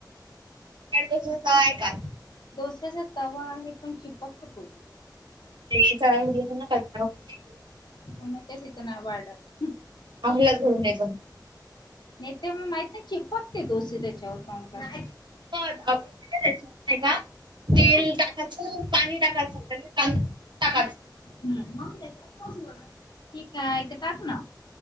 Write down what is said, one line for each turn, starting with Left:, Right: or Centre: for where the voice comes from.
Right: त सय का
Left: दडोस्याचा तवा्हा आहे पण चिपक होतो
Right: ते ना कल्पना कर
Left: पुनच्या शेतना वाारडात
Right: आम्हाला घडून्याय
Left: नाही तर मग माहित नाही चिपकते दोसे त्याच्यावर फं कर
Right: आपण त्याच्या नाही का तेल टाकायचं ना पाणी टाकायचं टाकायचं
Left: ह मग पोहच ठीक आहेथ टाक ना